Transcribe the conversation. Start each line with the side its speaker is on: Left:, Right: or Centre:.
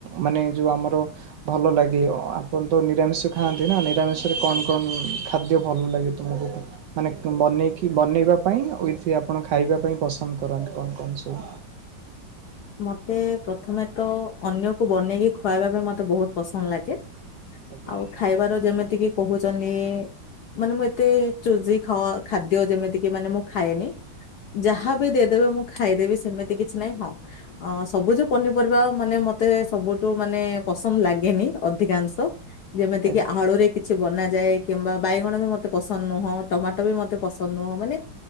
Right: ମାନେ ଯୋଉ ଆମର ଭଲ ଲାଗେ। ଆପଣ ତ ନିରାମିଷ ଖାଆନ୍ତି ନା ନିରାମିଷରେ କଣ କଣ ଖାଦ୍ୟ ଭଲ ଲାଗେ? <unintelligible> ମାନେ ବନେଇକି ବନେଇବା ପାଇଁ ଉଇଥ ଆପଣ ଖାଇବା ପାଇଁ ପସନ୍ଦ କରନ୍ତି କଣ କଣ ସବୁ?
Left: ମତେ ପ୍ରଥମେ ତ ଅନ୍ୟକୁ ବନେଇକି ଖୁଆଇବା ପାଇଁ ମତେ ବହୁତ ପସନ୍ଦ ଲାଗେ।
Right: ଆଜ୍ଞା
Left: ଆଉ ଖାଇବାର ଯେମିତି କିି କହୁଛନ୍ତି ମାନେ ମୁଁ ଏତେ ଚୁଜି ଖ ଖାଦ୍ୟ ଯେମିତି କି ମାନେ ମୁଁ ଖାଏନି। ଯାହା
Right: ଆଚ୍ଛା
Left: ବି ଦେଇଦେବେ ମୁଁ ଖାଇଦେବି ସେମିତି କିଛି ନାହିଁ ହଁ। ଅ ସବୁଜ ପନିପରିବା ମାନେ ମତେ ସବୁଠୁ ମାନେ ପସନ୍ଦ ଲାଗେନି ଅଧିକାଂଶ। ଯେମିତି
Right: ଆଜ୍ଞା।
Left: କିି ଆଳୁରେ କିଛି ବନାଯାଏ କିମ୍ବା ବାଇଗଣ ବି ମତେ ପସନ୍ଦ ନୁହଁ ଟମାଟୋ ବି ମତେ ପସନ୍ଦ ନୁହଁ ମାନେ